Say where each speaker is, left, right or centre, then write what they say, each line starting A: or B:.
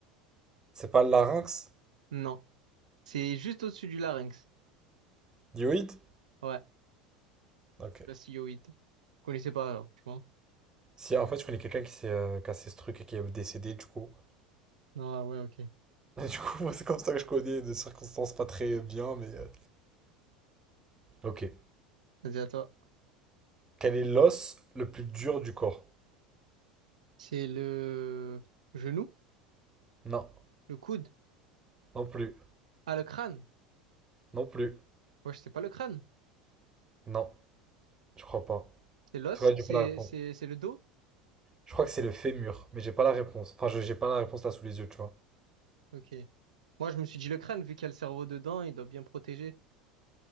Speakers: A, on the right (about 15°); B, on the right (about 70°).
A: C'est pas le larynx?
B: Non, c'est juste au-dessus du larynx.
A: Dioïde?
B: Ouais,
A: Ok.
B: la hyoïde. Vous connaissez pas, alors, je pense.
A: Si, en fait, je connais quelqu'un qui s'est euh, cassé ce truc et qui est décédé, du coup.
B: Ah ouais, ok.
A: <laughs> Du coup, moi, c'est comme ça que je connais, de circonstances pas très bien, mais... euh, Ok.
B: Vas-y, à toi.
A: Quel est l'os le plus dur du corps?
B: C'est le genou,
A: Non.
B: le coude.
A: Non plus.
B: Ah, le crâne.
A: Non plus.
B: Moi, je sais pas le crâne.
A: Non. Je crois pas.
B: C'est l'os,
A: En tout cas, j'ai
B: c'est
A: pas la réponse.
B: c'est c'est le dos.
A: Je crois que c'est le fémur, mais j'ai pas la réponse. Enfin, je- j'ai pas la réponse là sous les yeux, tu vois.
B: Ok. Moi, je me suis dit le crâne, vu qu'il y a le cerveau dedans, il doit bien protéger.